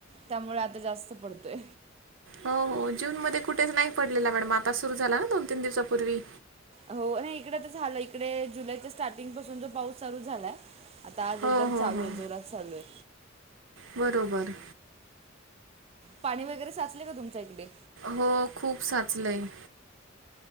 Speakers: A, on the right; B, on the right.
A: त्यामुळे आता जास्त पडतोय.
B: हो हो जून मध्ये कुठेच नाही पडलेला मॅडम आता सुरू झाला ना दोन तीन दिवसांपूर्वी
A: हो नाही इकड तर झालं इकडे जुलैच्या स्टार्टिंग पासून जो पाऊस चालू झालाय. आता आज
B: हो
A: एकदम
B: हो
A: चालू
B: हो
A: आहे जोरात चालू आहे.
B: बरोबर.
A: पाणी वगैरे साचले का तुमच्या इकडे
B: हो खूप साचलंय